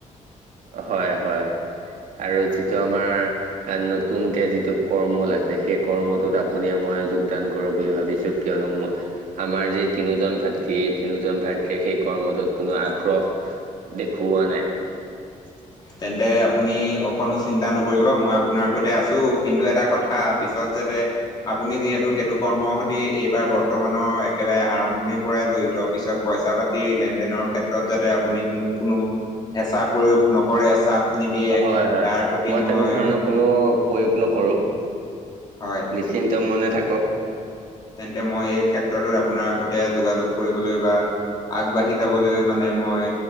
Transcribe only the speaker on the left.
তেন্তে আপ আপুনি অকণো চিন্তা নকৰিব, মই আপোনাৰ সৈতে আছোঁ। কিন্তু এটা কথা পিছত যাতে আপুনি যিহেতু সেইটো কৰ্মৰ সতী এইবাৰ বৰ্তমানৰ একেবাৰে আৰম্ভণিৰ পৰাই জড়িত। পিছত পইচা-পাত টি লেনদেনৰ ক্ষেত্ৰত যাতে আপুনি মোক কোনো হেঁচা প্ৰয়োগ নকৰে। চাপ নিদিয়ে,
তাৰ প্ৰতি মই
হয়।
তেন্তে মই এই ক্ষেত্ৰতো আপোনাৰ সৈতে যোগাযোগ কৰিবলৈ বা আগবাঢ়ি যাবলৈ মানে মই